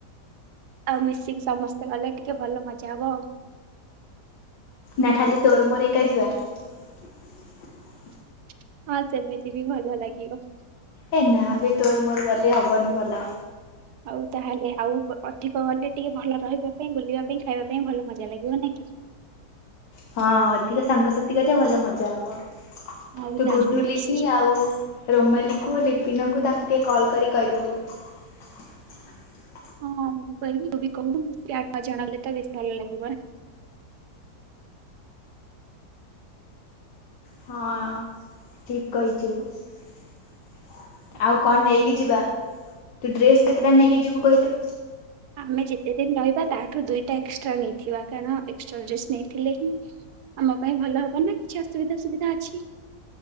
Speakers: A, on the right (about 70°); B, on the left (about 80°).
A: <inaudible> ଆଉ ମିଶିକି ସମସ୍ତେ ଗଲେ ଟିକେ ଭଲ ମଜା ହବ ଆଉ।
B: ନା ଖାଲି ତୋର ଏକା ଯିବା <inaudible>
A: <inaudible> ହଁ ସେମିତି ବି ଭଲ ଲାଗିବ।
B: ଏ ନା ଏ ବେ ତୋର ମୋର ଗଲେ ହବନି ଭଲ।
A: ଆଉ ତାହେଲେ ଆଉ ଅଧିକ ଗେଲେ ଟିକେ ଭଲ ରହିବା ପାଇଁ ବୁଲିବା ପାଇଁ ଖାଇବା ପାଇଁ ଭଲ ମଜା ଲାଗିବ ନାଇଁ କି।
B: ହଁ ଅଧିକ ସାଙ୍ଗସାଥି ଗଲେ ଭଲ ମଜା ହବ <inaudible>
A: ହଉ
B: ତୁ
A: ତାହେଲେ
B: ଗୁଡୁ ଲିକି
A: ନିଶ୍ଚୟ
B: ଆଉ ରୋମାଲି କୁ ଲିପିନଙ୍କୁ ତାଙ୍କୁ ଟିକେ କଲ କରି କହିଦେବୁ। <inaudible>
A: ହଁ ମୁଁ କହିବି ତୁ ବି କହିବୁ ଆଠ ନ ଜଣ ହେଲେ ତ ବେଶୀ ଭଲ ଲାଗିବ ନା <inaudible>
B: ହଁ ଠିକ କହିଚୁ <inaudible> ଆଉ କଣ ନେଇକି ଯିବା? ତୁ ଡ୍ରେସ କେତେଟା ନେଇକି ଯିବୁ କହିଲୁ?
A: ଆମେ ଯେତେ ଦିନ ରହିବା ତାଠୁ ଦିଇଟା ଏକ୍ସଟ୍ରା ନେଇଥିବା କାରଣ ଏକ୍ସଟ୍ରା ଡ୍ରେସ ନେଇଥିଲେ ହିଁ ଆମ ପାଇଁ ଭଲ ହବ ନା କିଛି ଅସୁବିଧା ସୁବିଧା ଅଛି। <inaudible>